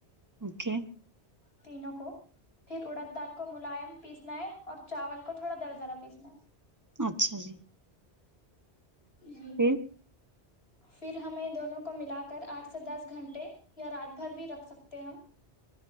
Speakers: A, on the right (about 15°); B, on the left (about 65°).
A: اوکے
B: تینوں کو پھر اڑد دال کو ملائم پیسنا ہے اور چاول کو تھوڑا در درا پیسنا ہے
A: اچھا جی
B: ہوں
A: پھر
B: پھر ہمیں دونوں کو ملا کر آٹھ سے دس گھنٹے یا رات بھر بھی رکھ سکتے ہم